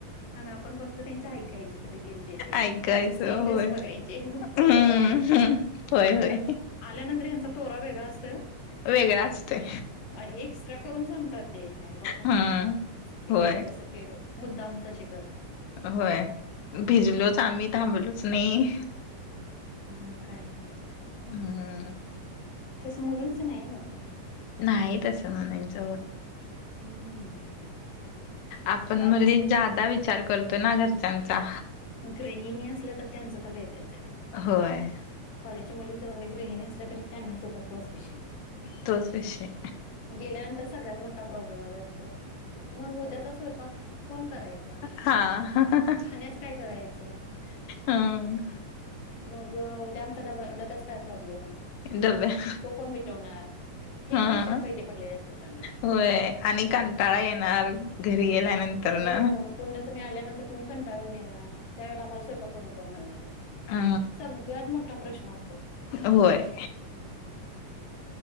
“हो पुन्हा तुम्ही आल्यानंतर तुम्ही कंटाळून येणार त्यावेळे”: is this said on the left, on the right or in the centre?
Left